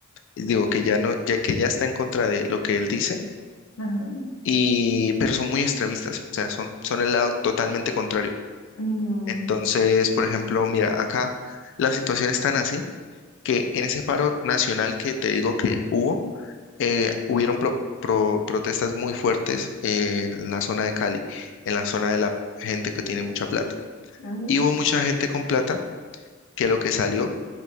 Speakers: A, on the left; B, on the left.
A: digo, que ya no, ya que ya está en contra de lo que él dice,
B: Ajá.
A: y, pero son muy extremistas, o sea, son, son el lado totalmente contrario.
B: Mm,
A: Entonces, por ejemplo, mira, acá la situación es tan así que en ese paro nacional que te digo que hubo, eh, hubieron pro- pro- protestas muy fuertes eh, en la zona de Cali, en la zona de la gente que tiene mucha plata.
B: ujú.
A: Y hubo mucha gente con plata que lo que salió